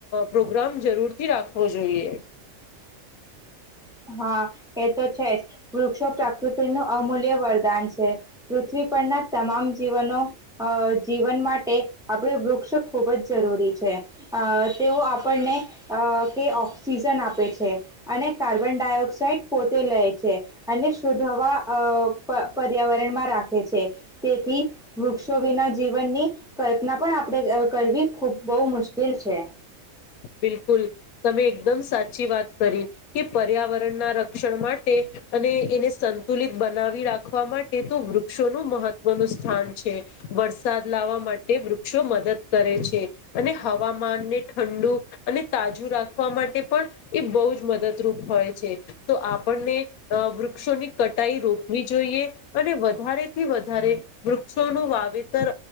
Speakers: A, on the left; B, in the centre.
A: પ્રોગ્રામ જરૂરથી રાખવો જોઈએ
B: <inaudible> હા એ તો છે જ વૃક્ષો પ્રાકૃતિનું અમૂલ્ય વરદાન છે. પૃથ્વી પરના તમામ જીવનો અ જીવન માટે આપણે વૃક્ષ ખૂબ જ જરૂરી છે અ તેઓ આપણને અ કે ઓક્સિજન આપે છે, અને કાર્બ કાર્બન ડાયોક્સાઇડ પોતે લે છે, અને શુદ્ધ હવા અ પ પર્યાવરણમાં રાખે ખે છે, તેથી વૃક્ષો વિના જીવનની કલ્પના પણ આપણે અ કરવી ખૂબ બહુ મુશ્કેલ છે.
A: બિલકુલ. તમે એકદમ સાચી વાત કરી કે પર્યાવરણના રક્ષણ માટે અને એને સંતુલિત બનાવી રાખવા માટે તો વૃક્ષોનું મહત્વનું સ્થાન છે. વરસાદ લાવવા માટે વૃક્ષો મદદ કરે છે. અને હવામાનને ઠંડુ અને તાજું રાખવા માટે પણ એ બહુ જ મદદરૂપ હોય છે. તો આપણને અ વૃક્ષોની કટાઈ રોકવી જોઈએ, અને વધારેથી વધારે વૃક્ષોનું વા વાવેતર